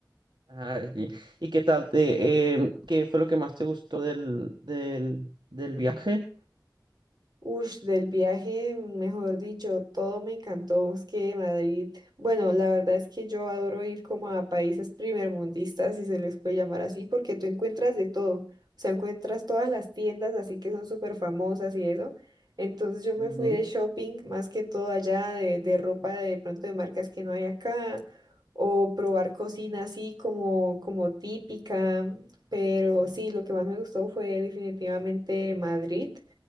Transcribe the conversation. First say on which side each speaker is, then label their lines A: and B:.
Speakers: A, on the right; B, on the right.
A: Ah, ¿y, y qué tal te, em, qué fue lo que más te gustó del, del, del viaje?
B: Ush, del viaje, mejor dicho, todo me encantó. Es que Madrid, bueno, la verdad es que yo adoro ir como a países primermundistas, si se les puede llamar así, porque tú encuentras de todo. O sea, encuentras todas las tiendas así que son súper famosas y eso. Entonces yo me
A: Ujú.
B: fui de shopping más que todo allá, de, de ropa de pronto de marcas que no hay acá, o probar cocina así como, como típica. Pero sí, lo que más me gustó fue definitivamente Madrid